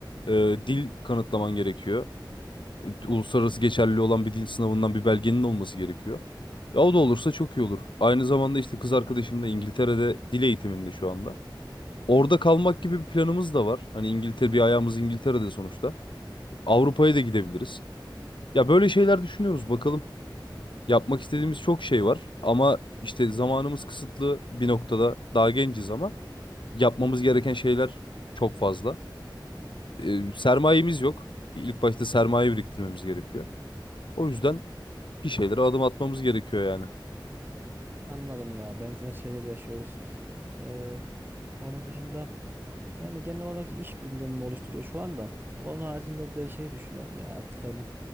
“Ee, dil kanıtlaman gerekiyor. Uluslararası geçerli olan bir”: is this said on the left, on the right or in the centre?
Left